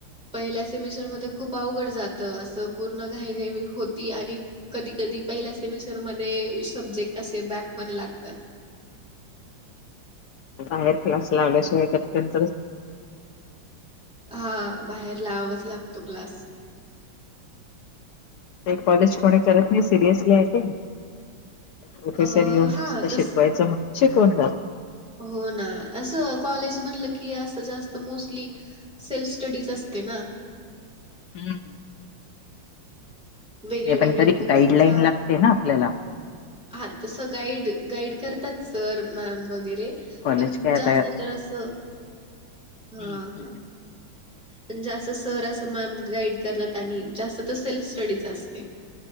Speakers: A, in the centre; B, on the left.
A: पहिल्या सेमिस्टरमध्येध्ये खूप अवघड जातं असं पूर्ण घाईघाई होती आणि कधी कधी पहिल्या सेमिस्टरमध्येध्ये सब्जेक्ट असे बॅक पण लागतात
B: हायर क्लासला आवड्याश वत त्यां
A: हा बाहेर लावावाच लागतो क्लास
B: कॉलेज कोणी करत नाही सिरियसली आहे ते प्रोफेसर
A: अ,
B: येऊन मत
A: हां, तस
B: शिकवायचं मण शिकून जात
A: हो ना असं कॉलेज म्हणलं की असं जास्त मोस्टली सेल्फ स्टडीज असते ना
B: हम्म ह
A: वेगळे
B: नाही
A: वेगळे
B: पण तरी
A: बुक्सचा
B: गाईडलाईन लागते ना आपल्याला
A: हा तसं गाईड गाईड करतात सर मॅम वगैरे
B: कॉलेज
A: पण
B: काय आता
A: जास्त तर असं
B: हम्म
A: हा
B: हम्म.
A: हा पण जास्त सर असं मॅम गाईड करतात आणि जास्त तर सेल्फ स्टडीच असते